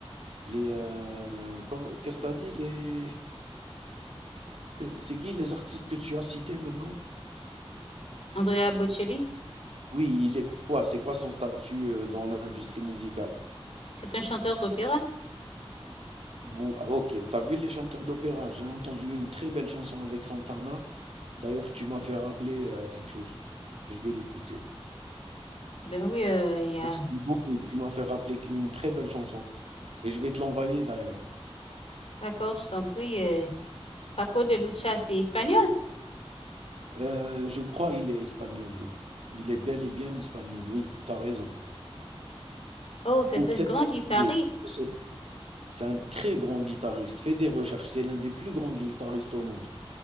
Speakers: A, on the right; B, on the left.
A: les, heu, comment qu'est-ce que tu as dit? Les c'est c'est qui les artistes que tu as cités maintenant?
B: Andrea Bocelli,
A: Oui, il est quoi? C'est quoi son statut, heu, dans l'industrie musicale?
B: c'est un chanteur d'opéra?
A: Vous ah OK, T'as vu les chanteurs d'opéra? J'ai entendu une très belle chanson avec Santana. D'ailleurs, tu m'as fait rappeler, heu, quelque chose. Je vais l'écouter.
B: Ben oui, euh, il y a.
A: Merci beaucoup, tu m'as fait rappeler qui une très belle chanson et je vais te l'envoyer d'ailleurs.
B: D'accord, je t'en prie. euh, Paco de Lucia, c'est espagnol?
A: Heu, je crois il est espagnol, oui. Il est bel et bien espagnol, oui, tu as raison.
B: Oh, c'est
A: Ou peut-être
B: un grand
A: portugais,
B: guitariste
A: je sais pas. C'est un très grand guitariste, fais des recherches, c'est l'un des plus grands guitaristes au monde.